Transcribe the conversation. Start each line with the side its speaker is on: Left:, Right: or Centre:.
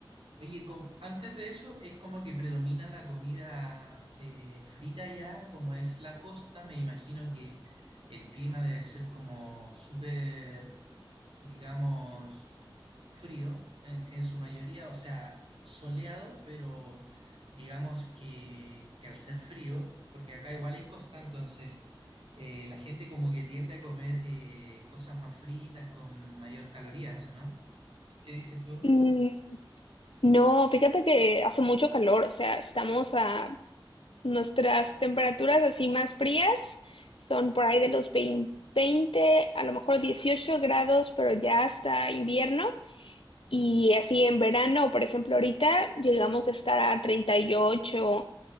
Right: Oye, como- antes de eso es como que predomina la comida eh, frita ya, como es la costa, me imagino que el clima debe ser como súper, digamos, frío en, en su mayoría, o sea, soleado, pero digamos que, que al ser frío, porque acá igual hay costa, entonces eh, la gente como que tiende a comer eh, cosas más fritas con mayor calorías, ¿o ¿no? ¿Qué dices tú?
Left: Mm, No, fíjate que hace mucho calor, o sea, estamos a nuestras temperaturas así más frías, son por ahí de los 20, 20, a lo mejor 18 grados, pero ya hasta invierno. Y así en verano, por ejemplo, ahorita llegamos a estar a 38,